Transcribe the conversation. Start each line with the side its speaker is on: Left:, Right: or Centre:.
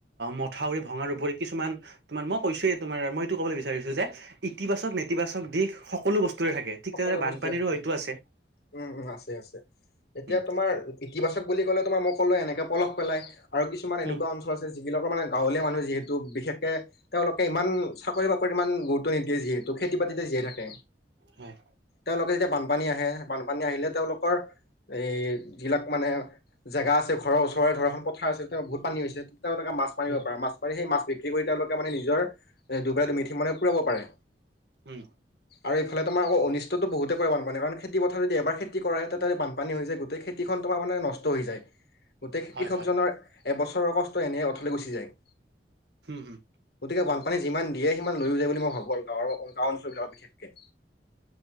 Right: মথাউৰি ভঙাৰ। <unintelligible> কিছুমান তোমাৰ মই কৈছোয়ে তোমাৰ মই এইটো ক'বলৈ বিচাৰিছোঁ যে ইতিবাচক নেতিবাচক দিশ সকলো বস্তু। এইটোৱে থাকে ঠিক
Left: সকলো
Right: তেনেকে বানপানীৰো
Left: বস্তুৰে থাকে
Right: হয়তো আছে।
Left: উম উম আছে আছে এতিয়া
Right: উম
Left: তোমাৰ ইতিবাচক বুলি কলে তোমাৰ মই কলো এনেকে পলস পেলাই। আৰু কিছুমান এনেকুৱা
Right: উম
Left: অঞ্চল আছে যে। যিবিলাকৰ মানে গাঁৱলীয়া মানুহ যিহেতু, বিশেষকে তেওঁলোকে ইমান চাকৰি বাকৰিত ইমান গুৰুত্ব নিদিয়। যিহেতু খেতি বাতিতে জীয়াই থাকে।
Right: হয়
Left: তেওঁলোকে যেতিয়া বানপানী আহে বানপানী আহিলে তেওঁলোকৰ। এই যিলাক মানে জেগা আছে ঘৰৰ ওচৰৰে ধৰা এখন পথাৰ আছে তেওঁ বহুত পানী হৈছে। তেওঁলোকে মাছ মাৰিব
Right: উম
Left: পাৰে মাছ মাৰি সেই মাছ। বিক্ৰী কৰি তেওঁলোকে মানে নিজৰ এ দুবেলা দুমুঠি মানে পুৰাব পাৰে।
Right: উম।
Left: আৰু এইফালে তোমাৰ। অনিষ্টটো বহুতে কৰে বানপানী কাৰণ খেতি পথাৰ যদি এবাৰ খেতি কৰে, তাতে বানপানী হৈ যায় গোটেই খেতিখন তোমাৰ নষ্ট। <unintelligible> গোটেই
Right: হয়
Left: কৃষকজনৰ
Right: হয়
Left: এবছৰৰ কষ্ট এনে অথলে গুচি যায়।
Right: হুম হুম।
Left: গতিকে বানপানী যিমান দিয়ে সিমান লৈ যায়, বুলি মই ভাবোঁ আৰু গাঁৱৰ গাঁও অঞ্চলবিলাক বিশেষকে।